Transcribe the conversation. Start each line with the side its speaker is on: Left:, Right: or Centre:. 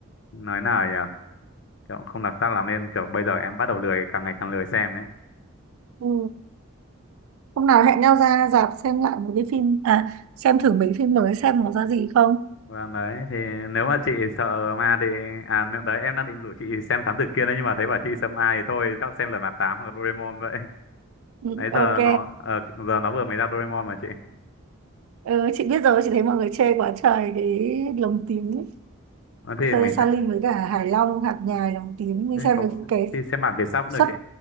Left: nói nào nhỉ kiểu cũng không đặc sắc lắm nên kiểu bây giờ em bắt đầu lười càng ngày càng lười xem ấy
Right: ừ. hôm nào hẹn nhau ra rạp xem lại một cái phim à xem thử mấy phim mới xem nó ra gì không
Left: vâng đấy thì nếu mà chị sợ ma thì à nếu- đấy em đang định rủ chị xem Thám Tử Kiên đấy nhưng mà thấy bảo chị sợ ma thì thôi chắc xem Lật Mặt Tám hoặc Doraemon vậy <laughs>
Right: ừ.
Left: đấy
Right: ok
Left: giờ nó ờ, giờ nó vừa mới ra Doraemon mà chị
Right: Ừ, chị biết rồi, chị thấy mọi người chê quá trời cái lồng tím ấy.
Left: Ờ, thì
Right: Thuê
Left: mình
Right: Sa
Left: sẽ
Right: với cả Hải Long, hạt nhài lồng tím. Mình
Left: ấy,
Right: xem
Left: cậu
Right: được cái
Left: thì xem bản Việt sắp cũng
Right: sắp,
Left: được chị